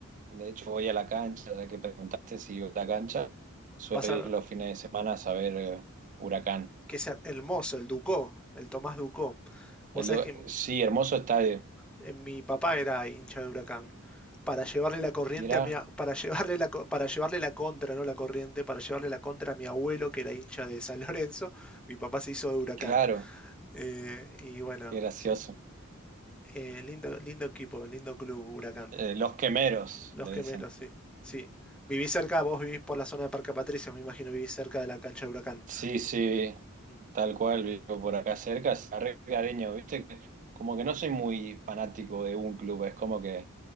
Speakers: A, on the right; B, in the centre.
A: De hecho, voy a la cancha, ya que preguntaste si voy a la cancha, suelo
B: Vas a.
A: ir los fines de semana a saber eh, Huracán.
B: Que sea el mozo, el Ducó, el Tomás Ducó. Vos
A: El
B: sabés
A: lu-
B: que en-
A: sí, hermoso estadio.
B: en mi papá era hincha de Huracán. Para llevarle la corriente
A: Mirá,
B: a mi, a- para llevarle la, co- para llevarle la contra, no la corriente, para llevarle la contra a mi abuelo que era hincha de San <laughs> Lorenzo, mi papá se hizo de Huracán.
A: claro,
B: Eh, y bueno,
A: qué gracioso.
B: sí. Eh, lindo, lindo equipo, lindo club, Huracán.
A: Eh, los quemeros,
B: Los
A: le
B: Quemeros,
A: dicen.
B: sí. Sí. Vivís cerca, vos vivís por la zona de Parque Patricios, me imagino vivís cerca de la cancha de Huracán.
A: Sí, sí,
B: Mm.
A: tal cual, vivo por acá cerca, se agarré cariño, viste, que como que no soy muy fanático de un club, es como que